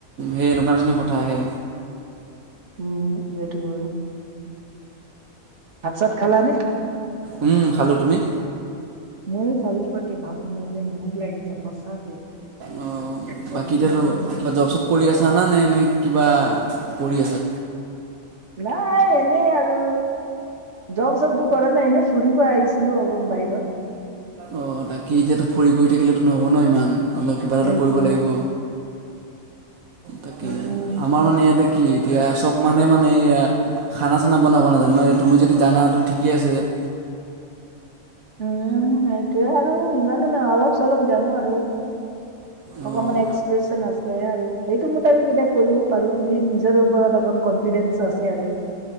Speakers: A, on the right (about 75°); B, on the right (about 55°).
A: সেই এনেকুৱা নিচিনা কথা আহে।
B: উম, সেইটো হয়। ভাত-চাত খালা নে?
A: উম খালো, তুমি?
B: মইয়ো কালিৰ পৰা <unintelligible> ভোক লাগিছে সঁচাকে।
A: অ',
B: চব্জি
A: বাকী এতিয়া
B: বনাম
A: জ-কিবা
B: একদম।
A: জব চব কৰি আছা নে, নে এনে কিবা কৰি আছা।
B: নাই, এনেই আৰু জব চবটো কৰা নাই, এনেই ফুৰিব আহিছিলো অলপ বাহিৰত।
A: অ', তাকে, এতিয়াতো ফুৰি কৰি থাকিলেতো নহ'ব ন ইমান। অলপ কিবা এটাতো
B: সেইটোয়ে
A: কৰিব লাগিব, তাকে,
B: উম
A: আমাৰ মানে ইয়াতে কি এতিয়া চব মানুহে মানে এইয়া খানা চানা বনাব নাজানে, নহয় জানো, তুমি যদি জানা ত' ঠিকেই আছে <inaudible>
B: উম, সেইটোয়ে আৰু ইমানো নহয় অলপ চলপ জানো আৰু।
A: অঁ
B: অকমান এক্সপ্ৰেচন আছে আৰু সেইটো মতে আমি তাত কৰিব পাৰোঁ বুলিয়ে নিজে নিজৰ ওপৰত অকণ কনফিডেঞ্চ আছে আৰু।